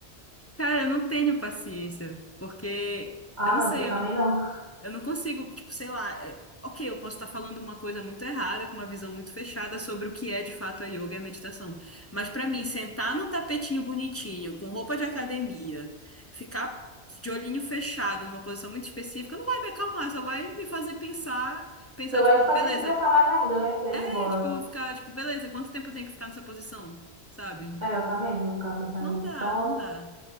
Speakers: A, on the left; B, on the right.
A: Cara, eu não tenho paciência, porque
B: Ah,
A: eu não
B: não,
A: sei,
B: isso eu também
A: eu não
B: não.
A: Eu não consigo, tipo, sei lá. é- Ok, eu posso estar falando uma coisa muito errada, com uma visão muito fechada sobre o que é de fato a yoga e a meditação. Mas pra mim, sentar num tapetinho bonitinho, com roupa de academia, ficar de olhinho fechado numa posição muito específica, não vai me acalmar, só vai me fazer pensar, pensar,
B: Só vai
A: tipo,
B: te
A: beleza.
B: fazer estressar mais ainda, né? Querendo
A: É,
B: ir embora.
A: tipo, eu vou ficar, tipo, beleza, quanto tempo eu tenho que ficar nessa posição? Sabe?
B: É, eu também vou ficar pensando
A: Não dá,
B: nisso. Então,
A: não dá.